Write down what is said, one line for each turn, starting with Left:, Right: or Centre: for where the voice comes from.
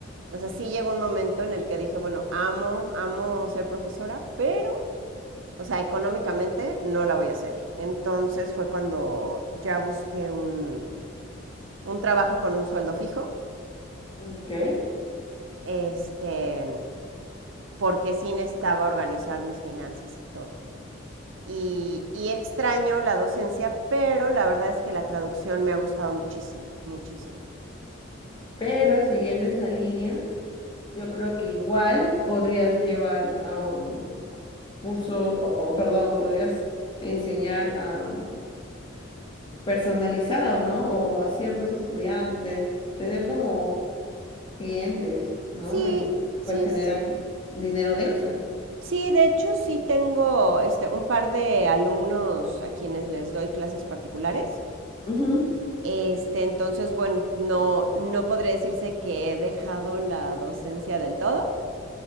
Right: o sea, sí llegó un momento en el que dije, bueno, amo, amo ser profesora, pero, o sea, económicamente no la voy a hacer. Entonces fue cuando ya busqué un, un trabajo con un sueldo fijo,
Left: ok.
Right: este, porque sí necesitaba organizar mis finanzas y todo. y, y extraño la docencia, pero la verdad es que la traducción me ha gustado muchísimo, muchísimo.
Left: Pero siguiendo esa línea, yo creo que igual podrías llevar a un curso, o, o, perdón, podrías enseñar a personalizado, ¿no? O a ciertos estudiantes, tener como clientes, ¿no?
Right: Sí,
Left: Y
Right: sí,
Left: pues generar
Right: sí.
Left: dinero extra.
Right: Sí, de hecho sí tengo este, un par de alumnos a quienes les doy clases particulares.
Left: Ujú,
Right: Este, entonces, bueno, no, no podría decirse que he dejado la docencia del todo,